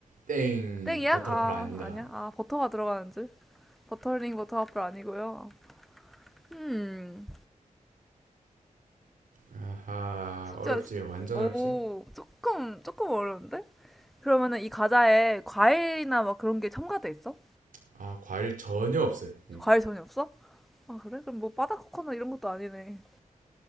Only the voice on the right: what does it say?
땡
버터플
아닙니다.
아하,
어렵지. 완전
어렵지.
아, 과일 전혀 없어요. 예.